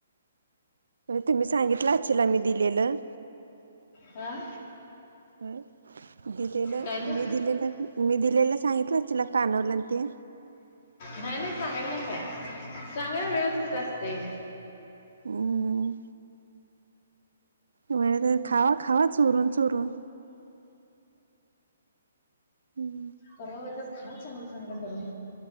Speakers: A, on the right; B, on the left.
A: तुम्ही सांगितलं असिला मी दिलेलं
B: आं
A: हम दिलेलं
B: काय ते?
A: मी दिलेलं मी दिलेलं सांगितलं तिला कानवलं आणि ते
B: नाही नाही सांगायला नाही काय चांगय वेळेच कुठ असते.
A: ह म्ह तर खावा खावा चोरून चोरून हम्म
B: परवा होतच. खावा चांगलं चांगलं करून.